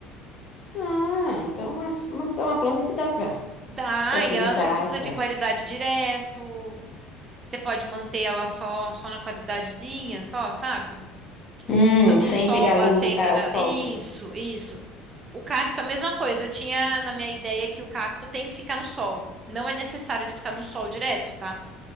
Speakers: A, on the left; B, on the right.
A: Ah, então é uma, então é uma planta que dá pra,
B: Dá,
A: pra ter
B: e
A: em
B: ela
A: casa.
B: não precisa de claridade direto. Você pode manter ela só, só na claridadezinha, só, sabe?
A: Hum,
B: Precisa de
A: sem
B: um sol
A: pegar
B: batendo
A: luz, ah,
B: nela.
A: o sol
B: Isso,
A: mesmo.
B: isso. O cacto, a mesma coisa. Eu tinha na minha ideia que o cacto tem que ficar no sol. Não é necessário ele ficar no sol direto, tá?